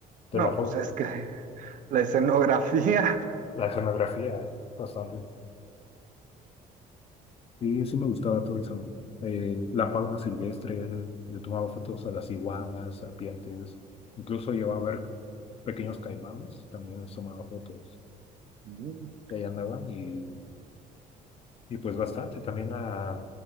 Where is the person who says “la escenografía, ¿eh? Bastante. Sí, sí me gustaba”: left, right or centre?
Left